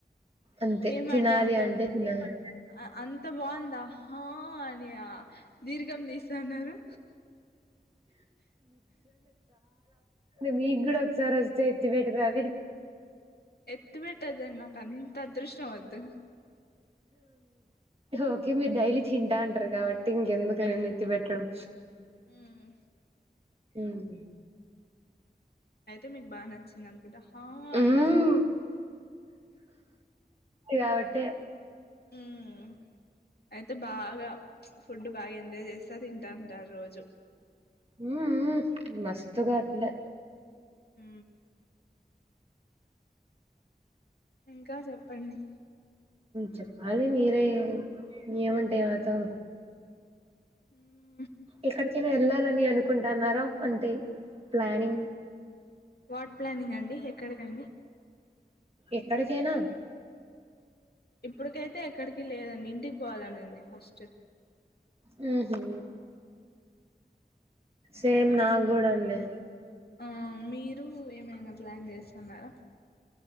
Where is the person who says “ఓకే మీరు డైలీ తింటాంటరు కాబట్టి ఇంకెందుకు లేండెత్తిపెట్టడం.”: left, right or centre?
Right